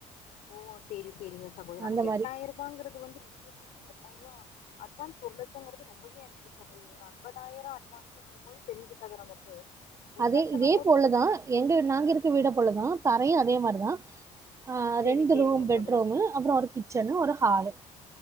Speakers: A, on the left (about 65°); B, on the right (about 20°).
A: ஓ செரி செரிங்க சகோதரி ஆனா
B: அந்த
A: எட்டாயிர
B: மாரி
A: ரூபாங்கிறது வந்து ரெண்டு ரூமு எட்டாயிர ரூபா அட்வான்ஸ் ஒரு லட்சங்கிறது ரொம்பவே அதிக சகோதரி ஒரு அம்பதாயிரோ அட்வான்ஸ்கும்போது தெரிஞ்சக்கத நமக்கு ஒரு
B: அதே
A: லட்சங்கும்
B: இதே
A: போது
B: போல
A: இப்ப
B: தா எங்க நாங்க இருக் வீட போல தா தரையும் அதே மாரி தா ஆ
A: சேரி
B: ரெண்டு
A: சேரிங்க
B: ரூம் பெட்
A: சகோதரி
B: ரூமு அப்றோ ஒரு கிச்சன்னு ஒரு ஹா ஹாலு